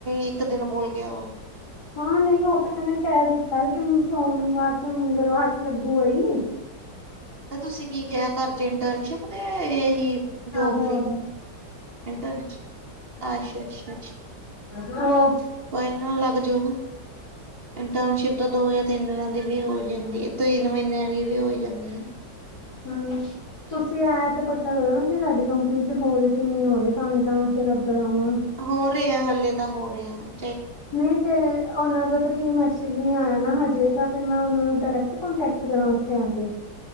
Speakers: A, on the right; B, on the left.
A: ਇੱਕ ਦਿਨ ਬੋਲ ਕੇ ਆਓ।
B: <inaudible> ਹਾਂ ਨਹੀਂ ਉਹ ਤਾਂ ਮੈ ਕਹਿ ਦਿੱਤਾ ਕਿ ਸੋਮਵਾਰ ਤੇ ਮੰਗਲਵਾਰ ਲੱਗੂ ਗਾ ਹੀ।
A: ਤੇ ਤੁਸੀਂ ਕੀ ਕਿਹਾ ਘਰ ਚ ਇੰਟਰਨਸ਼ਿਪ ਤੇ ਆਏ ਸੀ ਜੋਬ
B: ਆਹੋ
A: ਲਈ।
B: ਆਹੋ
A: ਇੰਟਨ ਅੱਛਾ-ਅੱਛਾ-ਅੱਛਾ।
B: ਉਹ
A: ਕੋਈ ਨਾ ਲੱਗ ਜਾਊਗਾ। ਇੰਟਰਨਸ਼ਿਪ ਤਾਂ ਦੋ ਜਾਂ ਤਿੰਨ ਦਿਨਾਂ ਦੀ ਵੀ ਹੋ ਜਾਂਦੀ ਤਿੰਨ ਮਹੀਨਿਆਂ ਦੀ ਵੀ ਹੋ ਜਾਂਦੀ ਹੈ।
B: ਹੂੰ। ਤੁਸੀਂ ਆਏ ਤੇ ਪਤਾ ਕਰੋ ਨਾ ਕਿ ਤੁਹਾਡੀ ਕੰਪਨੀ ਚ ਹੋ ਰਹੀ ਕਿ ਨਹੀਂ ਹੋ ਰਹੇ ਤਾਂ ਹੀ ਤਾਂ ਮੈਂ ਫਿਰ ਇੱਧਰ ਆਵਾਂ।
A: ਹੋ ਰਹੇ ਆ, ਹਲੇੇ ਤਾਂ ਹੋ ਰਿਹੇ ਹੈ।
B: ਨਹੀਂ ਤੇ ਉਹਨਾਂ ਦਾ ਤਾਂ ਕਈ ਮੈਸੇਜ ਨੀ ਆਇਆ ਨਾ ਹਜੇ, ਤਾਂ ਫਿਰ ਮੈਂ ਉਹਨਾਂ ਨੂੰ ਡਾਇਰੈਕਟ ਕੰਟੈਕਟ ਕਰਾਂ ਉੱਥੇ ਆ ਕੇ।